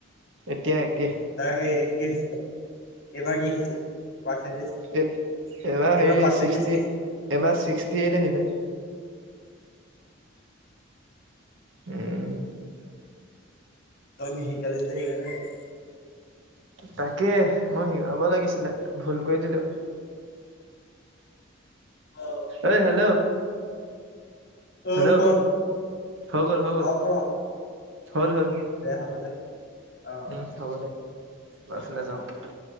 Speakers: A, on the right; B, on the left.
A: এতিয়া একে।
B: তাৰ সেই কি হৈছিলে, এইবাৰ কি হৈছিলে। পাৰ্চেন্টেজ
A: এ এবাৰ
B: এইবাৰ
A: হেৰি
B: পাৰ্চেন্টেজ
A: ছিক্সটি,
B: কি আছিলে
A: এবাৰ ছিক্সটি এইট আহিলে। উম।
B: তই শিকালি যাতে সেইকাৰণে হল।
A: তাকে মই শিকাব লাগিছিলে ভুল কৰি দিলোঁ।
B: অ
A: ঐ হেল্ল'।
B: উ
A: হেল্ল'
B: ক,
A: হৈ গ'ল হৈ গ'ল
B: অ ক।
A: হল হ'ল,
B: দে হ'ব দে অ অ
A: উম হ'ব দে এ ফালে যাওঁ। <unintelligible>